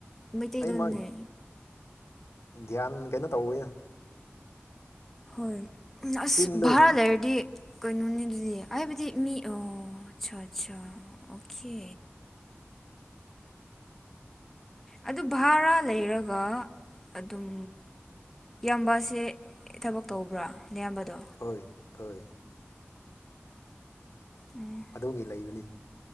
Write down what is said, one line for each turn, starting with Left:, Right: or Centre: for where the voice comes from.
Centre: ꯃꯩꯇꯩꯂꯣꯟꯅꯦ
Left: ꯑꯩ ꯃꯥ ꯒ꯭ꯌꯥꯟ ꯀꯩꯅꯣ ꯇꯧꯋꯦꯗ
Centre: ꯍꯣꯏ ꯑꯁ
Left: ꯆꯤꯟꯗꯨ
Centre: ꯚꯔꯥ ꯂꯩꯔꯗꯤ ꯀꯩꯅꯣꯅꯤ ꯑꯗꯨꯗꯤ ꯍꯥꯏꯕꯗꯤ ꯃꯤ ꯑꯣ ꯑꯆꯥ ꯑꯆꯥ ꯑꯣꯀꯦ꯫ ꯑꯗꯨ ꯚꯔꯥ ꯂꯩꯔꯒ ꯑꯗꯨꯝ꯫ ꯏꯌꯥꯝꯕꯁꯦ ꯊꯕꯛ ꯇꯧꯕ꯭ꯔꯥ ꯅꯌꯥꯝꯕꯗꯣ꯫
Left: ꯍꯣꯏ ꯍꯣꯏ꯫
Centre: ꯎꯝ꯫
Left: ꯑꯗꯨꯒꯤ ꯂꯩꯕꯅꯤ